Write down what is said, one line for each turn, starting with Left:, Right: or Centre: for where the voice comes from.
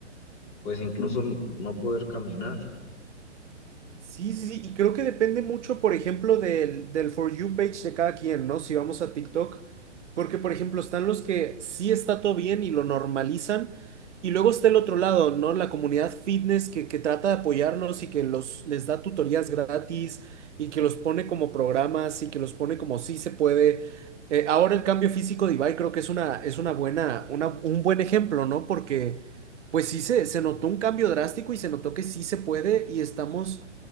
Left: pues incluso no poder caminar.
Right: Sí, sí, sí, y creo que depende mucho, por ejemplo, del, del For You page de cada quien, ¿no? Si vamos a TikTok, porque, por ejemplo, están los que sí está todo bien y lo normalizan, y luego está el otro lado, ¿no? La comunidad fitness que, que trata de apoyarlos y que los, les da tutorías gratis y que los pone como programas y que los pone como sí se puede. Eh, ahora el cambio físico de Ibai creo que es una, es una buena, una- un buen ejemplo, ¿no? Porque, pues sí se, se notó un cambio drástico y se notó que sí se puede y estamos